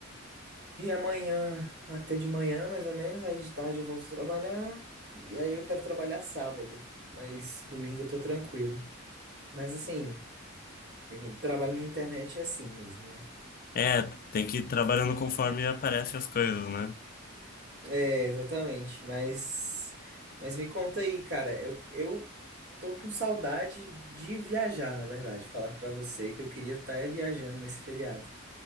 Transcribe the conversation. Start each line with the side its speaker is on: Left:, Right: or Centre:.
Right: e amanhã até de manhã, mais ou menos. Aí de tarde eu volto trabalhar. E aí eu quero trabalhar sábado, mas domingo eu tô tranquilo. Mas assim, o trabalho na internet é assim mesmo, né?
Left: É, tem que ir trabalhando conforme aparecem as coisas, né?
Right: É, exatamente. Mas, mas me conta aí, cara. Eu, eu tô com saudade de viajar, na verdade. Falar pra você que eu queria estar viajando nesse feriado.